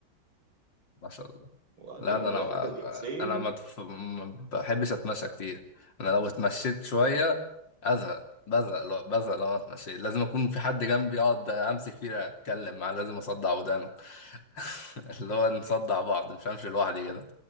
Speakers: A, on the left; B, on the right.
A: ما شاء الله
B: وبعدين
A: لا ده انا
B: رحت
A: ما
B: الحسين
A: انا ما تف- ما بحبش اتمشى كتير انا لو اتمشيت شويه ازهق بزهق لو بزهق لو انا اتمشيت لازم اكون في حد جنبي اقعد امسك فيه اتكلم معاه لازم اصدع ودانه <laughs> اللي هو نصدع بعض مش همشي لوحدي كده